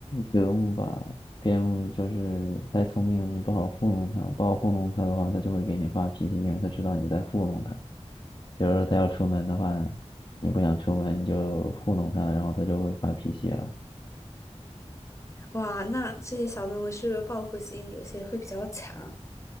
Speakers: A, on the left; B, on the left.
A: 德牧吧，边牧就是太聪明了，你不好糊弄它，不好糊弄它的话，它就会给你发脾气，因为它知道你在糊弄它。比如说它要出门的话，你不想出门，你就糊弄它，然后它就会发脾气啊。
B: 哇，那这些小动物是不是报复心有些会比较强？